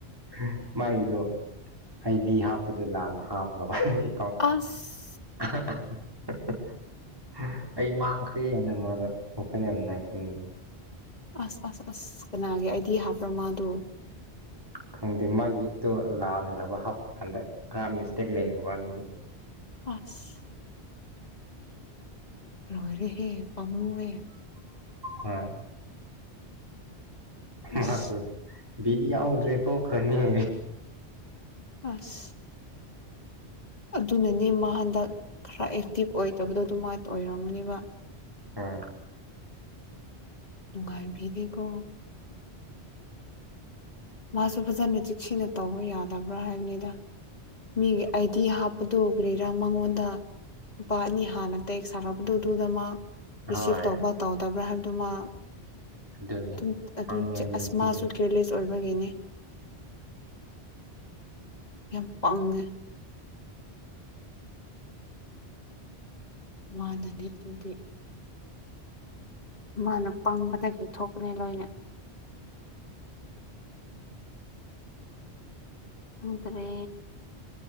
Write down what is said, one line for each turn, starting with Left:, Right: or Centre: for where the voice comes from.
Right: ꯑ ꯃꯥꯏꯒꯤꯗꯣ ꯑꯩꯗꯤ ꯍꯥꯞꯄꯗ ꯂꯥꯟꯅ ꯍꯥꯞꯈ꯭ꯔꯕ ꯍꯥꯍꯩ
Left: ꯑꯁ
Right: <unintelligible> ꯑꯩ ꯃꯥꯡꯈ꯭ꯔꯦꯅ ꯃꯥꯗꯣ ꯋꯥꯈꯜ ꯌꯥꯝ ꯅꯨꯡꯉꯥꯏꯇꯅ
Left: ꯑꯁ ꯑꯁ ꯑꯁ ꯀꯅꯥꯒꯤ ꯑꯩꯗꯤ ꯍꯥꯞꯄ꯭ꯔꯥ ꯃꯥꯗꯣ
Right: ꯈꯪꯗꯦ ꯃꯥꯒꯤ ꯑꯗꯣ ꯂꯥꯟꯅꯈ꯭ꯔꯕ ꯍꯥꯞ ꯀꯥꯟꯗ ꯈꯔ ꯃꯤꯁꯇꯦꯛ ꯂꯩꯈ꯭ꯔꯕꯅꯤ
Left: ꯑꯁ ꯂꯣꯏꯔꯦꯍꯦ ꯄꯥꯝꯃꯨꯋꯦ
Right: ꯍꯣꯏ
Left: ꯑꯁ
Right: ꯃꯥ ꯗꯨ ꯕꯤꯠ ꯌꯥꯎꯗ꯭ꯔꯦ ꯇꯣꯛꯈ꯭ꯔꯅꯤꯌꯦ
Left: ꯑꯁ ꯑꯗꯨꯅꯅꯦ ꯃꯥ ꯍꯟꯗꯛ ꯈꯔ ꯑꯦꯛꯇꯤꯚ ꯑꯣꯏꯗꯕꯗꯣ ꯑꯗꯨꯃꯥꯏ ꯑꯣꯏꯔꯝꯒꯅꯤꯕ
Right: ꯎꯝ
Left: ꯅꯨꯉꯥꯏꯕꯤꯗꯦ ꯀꯣ ꯃꯥꯁꯨ ꯐꯖꯅ ꯆꯦꯛꯁꯤꯟꯅ ꯇꯧꯕ ꯌꯥꯗꯕ꯭ꯔꯥ ꯍꯥꯏꯕꯅꯤꯗ ꯃꯤꯒꯤ ꯑꯥꯏꯗꯤ ꯍꯥꯞꯄꯗꯨ ꯀꯔꯤꯔꯥ ꯃꯉꯣꯟꯗ ꯅꯨꯨꯄꯥ ꯑꯅꯤ ꯍꯥꯟꯅ ꯇꯦꯛ ꯁꯥꯥꯔꯛꯄꯗꯨ ꯑꯗꯨꯗ ꯃꯥ ꯔꯤꯁꯤꯞ
Right: ꯍꯣꯏ
Left: ꯇꯧꯕ ꯇꯧꯗꯕ꯭ꯔꯥ ꯍꯥꯏꯕꯗꯨ ꯃꯥ
Right: ꯑꯗꯨꯅꯤ
Left: ꯗꯨꯝ ꯑꯗꯨ
Right: ꯈꯪꯉꯦ
Left: ꯆꯦ ꯑꯁ
Right: ꯅꯨꯄꯤꯗꯣ
Left: ꯃꯥꯁꯨ ꯀꯤꯔꯂꯦꯁ ꯑꯣꯏꯕꯒꯤꯅꯦ ꯌꯥꯝ ꯄꯪꯉꯦ ꯃꯥꯅꯅꯤ ꯑꯗꯨꯗꯤ ꯃꯥꯅ ꯄꯪꯕꯗꯒꯤ ꯊꯣꯛꯄꯅꯦ ꯂꯣꯏꯅ ꯈꯪꯗꯔꯦ